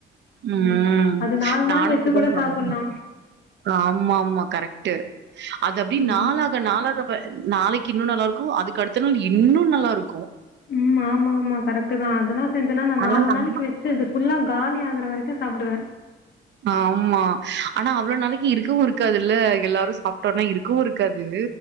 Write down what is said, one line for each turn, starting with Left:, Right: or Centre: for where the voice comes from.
Right: உம்
Left: ம் அது நாலு
Right: நானு
Left: நாள் வச்சு
Right: <unintelligible>
Left: கூட சாப்புட்லா
Right: ஆமாமா கரெக்ட் ட்டு அது அப்டி
Left: ம்
Right: நாளாக நாளாக நாளைக்கு இன்னு நல்லாருக்கு அதுக்கு அடுத்த நாள் இன்னு நல்லாருக்கு
Left: உம் ஆமா ஆமா கரெக்ட்டுதா அதெல்லா செஞ் நா
Right: ஆனா
Left: நாலு
Right: நம்ம
Left: நாளைக்கு வச்சு அது ஃபுல்லா காலியாகற வரைக்கு சாப்டுவே
Right: ஆமா ஆனா அவ்ளவு நாளைக்கு இருக்கவு இருக்காதுல்ல எல்லாரு சாப்ட்டோனா இருக்கவு இருக்காது